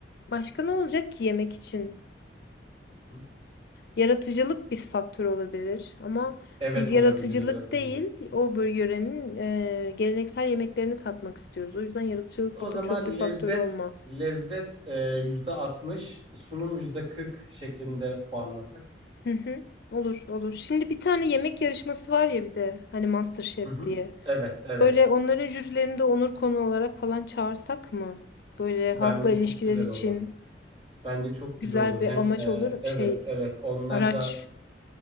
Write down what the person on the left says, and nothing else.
başka ne olacak ki yemek için?
Yaratıcılık bir faktör olabilir ama
biz yaratıcılık
değil o böl- yörenin e, geleneksel yemeklerini tatmak istiyoruz. O yüzden yaratıcılık
burada
çok bir faktörü
olmaz.
Hı hı. Olur olur. Şimdi bir tane yemek yarışması var ya bir de hani MasterChef
diye.
Böyle onların jürilerini de onur konu olarak falan çağırsak mı? Böyle
halkla ilişkiler
için
güzel
bir
amaç
olur.
Şey
Araç.